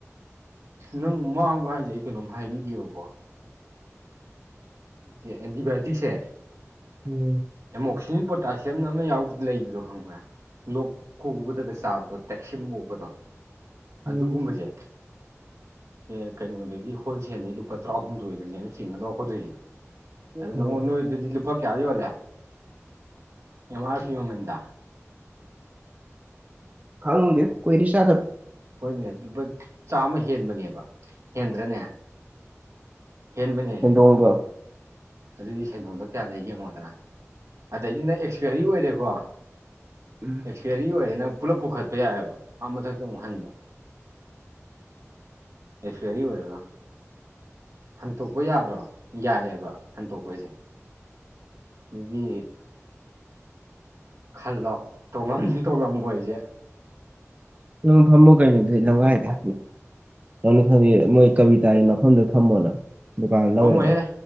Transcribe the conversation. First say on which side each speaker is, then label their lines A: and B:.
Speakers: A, on the right; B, on the right.
A: ꯅꯪ ꯃꯥꯡꯕ ꯍꯥꯏꯁꯦ ꯑꯩ ꯀꯩꯅꯣꯝ ꯍꯥꯏꯕꯤꯒꯦꯕꯀꯣ꯫ ꯁꯦ ꯑꯦꯟꯇꯤꯕꯥꯌꯣꯇꯤꯛꯁꯦ꯫
B: ꯎꯝ꯫
A: ꯑꯦꯃꯣꯛꯁꯤꯂꯤꯟ ꯄꯣꯇꯥꯁꯤꯌꯝꯅ ꯑꯃ ꯌꯥꯎꯗꯅ ꯂꯩꯕꯗꯣ ꯈꯪꯕ꯭ꯔꯥ꯫ ꯂꯣꯛ ꯈꯨꯕꯗꯒ ꯆꯥꯕꯗꯣ ꯇꯦꯛꯁꯤꯃꯨꯛ ꯑꯣꯕꯗꯣ
B: ꯎꯝ
A: ꯑꯗꯨꯒꯨꯝꯕꯁꯦ꯫ ꯑꯦ ꯀꯩꯅꯣꯗꯒꯤ ꯍꯣꯜꯁꯦꯜꯗꯒꯤ ꯂꯨꯄꯥ ꯇꯔꯥꯍꯨꯝꯗꯣꯏꯗꯅꯦꯅ ꯆꯤꯡꯉ ꯂꯧꯔꯛꯀꯗꯣꯏꯁꯦ꯫ ꯑꯗꯨ ꯅꯪꯉ
B: ꯎꯝ
A: ꯅꯣꯏꯗꯨꯗꯤ ꯂꯨꯄꯥ ꯀꯌꯥ ꯌꯣꯜꯂꯦ ꯑꯦꯝ ꯑꯥꯔ ꯄꯤ ꯃꯃꯟꯗ꯫
B: ꯈꯪꯗꯦ ꯀꯣꯏꯔꯦ ꯆꯥꯗꯕ꯫
A: ꯍꯣꯏꯅꯦ ꯂꯨꯄꯥ ꯆꯥꯝꯃ ꯍꯦꯟꯕꯅꯦꯕ ꯍꯦꯟꯗ꯭ꯔꯅꯦ꯫ ꯍꯦꯟꯕꯅꯦ꯫
B: ꯅꯣꯡꯕ꯫
A: ꯑꯗꯨꯗꯤ ꯁꯦꯟꯗꯣꯡꯗꯣ ꯀꯌꯥ ꯂꯩ ꯌꯦꯡꯉꯣꯗꯅ ꯑꯗꯩꯗꯤ ꯅꯪ ꯑꯦꯛꯁꯄꯤꯌꯥꯔꯤ ꯑꯣꯏꯔꯦꯀꯣ꯫
B: ꯎꯝ꯫
A: ꯑꯦꯁꯄꯤꯌꯔꯤ ꯑꯣꯏꯔꯦ ꯅꯪ ꯄꯨꯂꯞ ꯄꯨꯈꯠꯄ ꯌꯥꯏꯑꯕ ꯑꯥ ꯃꯊꯛꯇ ꯑꯃꯨꯛ ꯍꯟꯕ꯫ ꯑꯦꯛꯁꯄꯦꯌꯔꯤ ꯑꯣꯏꯔꯒ꯫ ꯍꯟꯇꯣꯛꯄ ꯌꯥꯗ꯭ꯔꯣ ꯌꯥꯏꯑꯕ ꯍꯟꯇꯣꯛꯄꯁꯦ꯫ ꯑꯗꯨꯗꯤ꯫ ꯈꯜꯂꯣ ꯇꯣꯡꯉꯝꯅꯤ ꯇꯣꯡꯉꯝꯃꯣꯏꯁꯦ꯫
B: ꯅꯪ ꯐꯝꯃꯣ ꯀꯩꯅꯣꯗꯤ ꯑꯗꯨꯗꯤ ꯂꯋꯥꯏꯗ꯫ ꯀꯅ ꯈꯪꯗꯦ ꯃꯣꯏ ꯀꯕꯤꯇꯥꯒꯤ ꯃꯐꯝꯗꯨ ꯐꯝꯃꯣꯅ꯫ ꯗꯨꯀꯥꯟ
A: ꯐꯝ
B: ꯂꯧꯔꯒ
A: ꯑꯣꯏꯍꯦ